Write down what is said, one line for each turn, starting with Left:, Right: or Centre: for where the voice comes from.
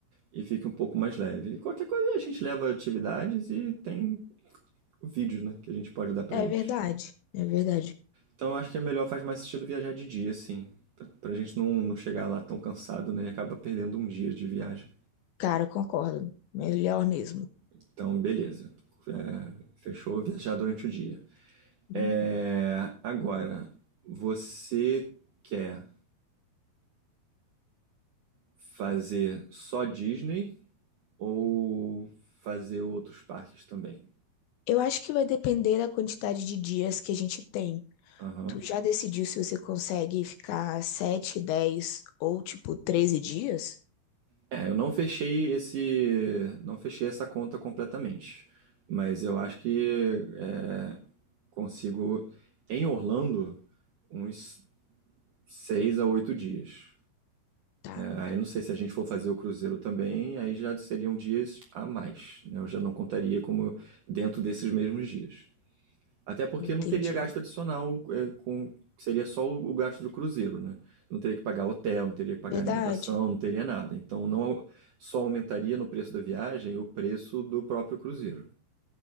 Right: e, e fique um pouco mais leve. E qualquer coisa a gente leva atividades e tem vídeos, né, que a gente pode dar pra
Left: É
Right: eles.
Left: verdade, é verdade.
Right: Então eu acho que é melhor, faz mais sentido viajar de dia, assim, pra, pra gente não, não chegar lá tão cansado, né, e acaba perdendo um dia de viagem.
Left: Cara, concordo. Melhor mesmo.
Right: Então, beleza. É, fechou, viajar durante o dia.
Left: Hum.
Right: É, agora, você quer fazer só Disney ou fazer outros parques também?
Left: Eu acho que vai depender da quantidade de dias que a gente tem.
Right: Aham.
Left: Tu já decidiu se você consegue ficar 7, 10 ou tipo 13 dias?
Right: É, eu não fechei esse, não fechei essa conta completamente, mas eu acho que é, consigo em Orlando uns seis a oito dias.
Left: Tá,
Right: Ah, eu não sei se a gente for fazer o cruzeiro também, aí já seriam dias a mais, né? Eu já não contaria como dentro desses mesmos dias. Até porque
Left: entendi.
Right: não teria gasto adicional, é, com, seria só o, o gasto do cruzeiro, né? Não teria que pagar hotel, não teria que pagar
Left: Verdade.
Right: alimentação, não teria nada. Então não au- só aumentaria no preço da viagem o preço do próprio cruzeiro.